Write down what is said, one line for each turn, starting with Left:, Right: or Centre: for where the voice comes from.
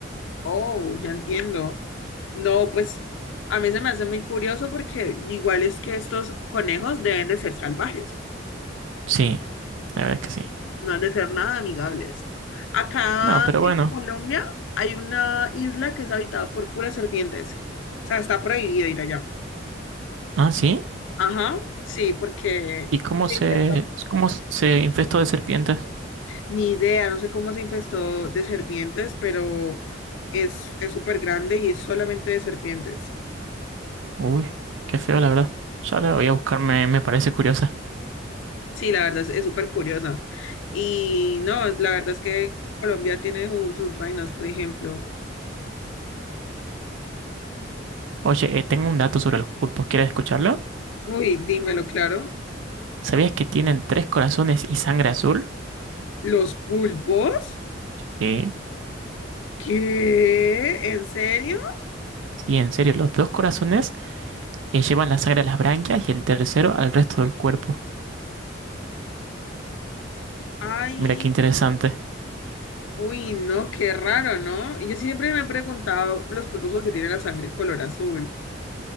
Left: oh, ya entiendo. No, pues a mí se me hace muy curioso porque igual es que estos conejos deben de ser salvajes,
Right: Sí, la verdad es que sí.
Left: no han de ser nada amigables. Acá
Right: No, pero bueno.
Left: en Colombia hay una isla que es habitada por puras serpientes. O sea, está prohibido ir allá.
Right: Ah, sí.
Left: Ajá, sí, porque
Right: ¿Y cómo
Left: se
Right: se,
Left: infestó.
Right: cómo se infestó de serpientes?
Left: ni idea, no sé cómo se infestó de serpientes, pero es es súper grande y es solamente de serpientes.
Right: Uy, qué feo, la verdad. Ya la voy a buscarme, me me parece curiosa.
Left: Sí, la verdad es es súper curiosa. Y no, es- la verdad es que Colombia tiene su- sus vainas, por ejemplo.
Right: Oye, eh, tengo un dato sobre los pulpos. ¿Quieres escucharlo?
Left: Uy, dímelo claro.
Right: ¿Sabías que tienen tres corazones y sangre azul?
Left: ¿Los pulpos?
Right: Sí,
Left: ¿Qué? ¿En serio?
Right: sí, en serio, los dos corazones eh, llevan la sangre a las branquias y el tercero al resto del cuerpo.
Left: Ay,
Right: Mira qué interesante.
Left: uy, no, qué raro, ¿no? Y Yo siempre me he preguntado los pulpos porque tienen la sangre color azul.